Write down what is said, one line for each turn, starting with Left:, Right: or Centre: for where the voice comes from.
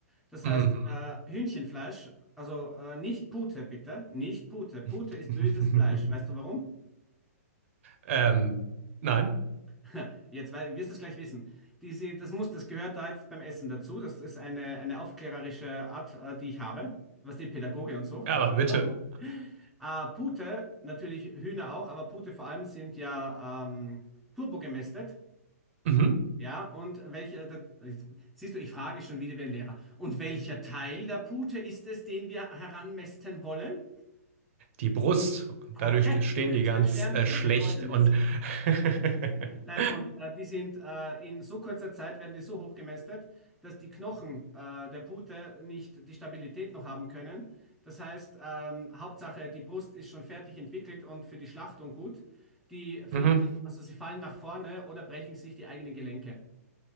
Centre: Das
Right: an-
Centre: heißt,
Right: mm.
Centre: äh, Hühnchenfleisch, also äh, nicht Pute, bitte. Nicht Pute. Pute
Right: <laughs>
Centre: ist böses Fleisch. Weißt du warum?
Right: Ähm, nein,
Centre: <laughs> Jetzt wei- wirst du es gleich wissen. Diese, das muss, das gehört da jetzt beim Essen dazu. Das ist eine, eine aufklärerische Art, äh, die ich habe. Was die Pädagoge und so.
Right: Ja, aber bitte.
Centre: <laughs> Äh, Pute, natürlich Hühner auch, aber Pute vor allem sind ja ähm, turbogemästet.
Right: Mhm.
Centre: Ja, und welcher, da, siehst du, ich frage schon wieder wie ein Lehrer. Und welcher Teil der Pute ist es, den wir heranmästen wollen?
Right: Die Brust.
Centre: Korrekt,
Right: Dadurch stehen
Centre: du kriegst
Right: die ganz
Centre: ein Sternchen,
Right: äh, schlecht
Centre: ein goldenes.
Right: und. <laughs>
Centre: Nein, und äh, die sind äh, in so kurzer Zeit werden die so hoch gemästet, dass die Knochen äh, der Pute nicht die Stabilität noch haben können. Das heißt, ähm, Hauptsache, die Brust ist schon fertig entwickelt und für die Schlachtung gut. Die fliegen,
Right: Mhm.
Centre: also sie fallen nach vorne oder brechen sich die eigenen Gelenke.